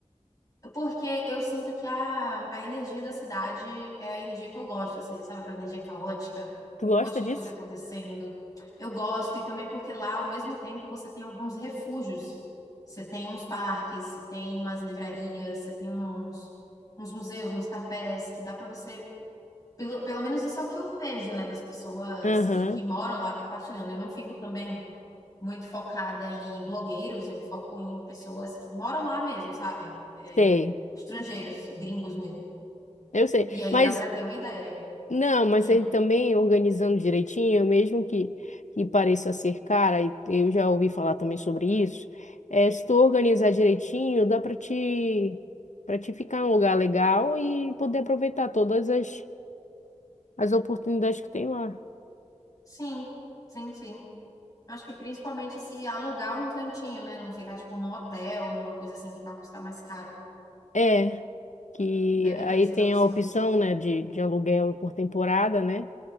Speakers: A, on the left; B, on the left.
A: Porque eu sinto que a, a energia da cidade é a energia que eu gosto, assim, sabe? Aquela energia caótica,
B: Tu gosta
A: um monte de
B: disso?
A: coisa acontecendo. Eu gosto, e também porque lá, ao mesmo tempo, você tem alguns refúgios. Você tem uns parques, você tem umas livrarias, você tem uns, uns museus, uns cafés, que dá pra você. Pelo, pelo menos isso é o que eu vejo, né, das pessoas
B: Aham,
A: que, que moram lá compartilhando. Eu não fico também muito focada em blogueiros, eu foco em pessoas que moram lá mesmo, sabe? É,
B: sei.
A: estrangeiros, gringos mesmo.
B: Eu sei.
A: E aí
B: Mas,
A: dá para ter uma ideia.
B: não, mas
A: Hum,
B: ele também organizando direitinho, mesmo que, que pareça ser cara, e eu já ouvi falar também sobre isso, é, se tu organizar direitinho, dá pra te, para te ficar em um lugar legal e poder aproveitar todas as, as oportunidades que tem lá.
A: sim, sim, sim. Acho que principalmente se alugar um cantinho, né? Não ficar tipo num hotel, numa coisa assim que vai custar mais caro.
B: É. que
A: Deve
B: aí
A: ter essas
B: tem
A: opções.
B: a opção, né, de, de aluguel por temporada, né?